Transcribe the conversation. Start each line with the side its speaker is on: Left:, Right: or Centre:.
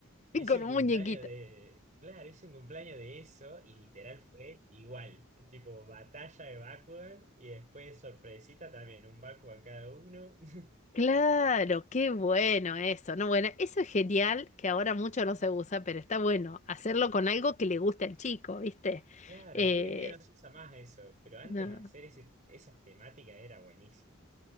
Right: Hice
Left: <laughs> Con
Right: un
Left: un
Right: cumpleaños
Left: muñequito.
Right: de. Claro, hice un cumpleaños de eso y literal fue igual. Tipo, batalla de Bakugan y después sorpresita también, un Bakugan cada uno. <laughs>
Left: Claro, qué bueno eso, ¿no? Bueno, eso es genial, que ahora mucho no se usa, pero está bueno hacerlo con algo que le guste al chico, ¿viste?
Right: Claro,
Left: Eh,
Right: hoy en día no se usa más eso, pero antes
Left: no.
Right: hacer ese- esas temáticas era buenísimo.